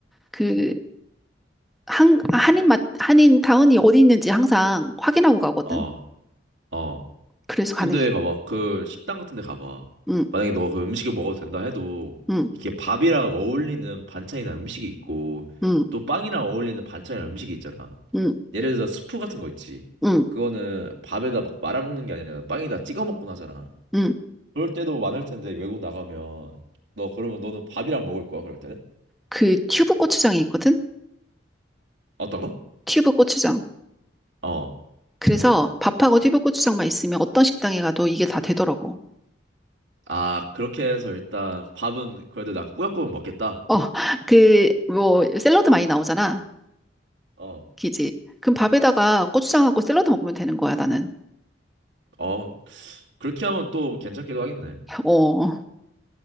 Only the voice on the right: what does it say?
어, 어.
근데
봐봐. 그 식당 같은 데 가봐.
만약에 너가 그 음식을 먹어도 된다 해도
이게 밥이랑 어울리는 반찬이나 음식이 있고
또 빵이랑 어울리는 반찬이나 음식이 있잖아.
예를 들어 스프 같은 거 있지.
그거는 밥에다 막 말아먹는 게 아니라 빵에다 찍어 먹곤 하잖아.
그럴 때도 많을 텐데 외국 나가면 너 그러면 너는 밥이랑 먹을 거야 그럴 때는?
어떤 거?
어.
아, 그렇게 해서 일단 밥은 그래도 난 꾸역꾸역 먹겠다.
어.
어, 그렇게 하면 또 괜찮기도 하겠네.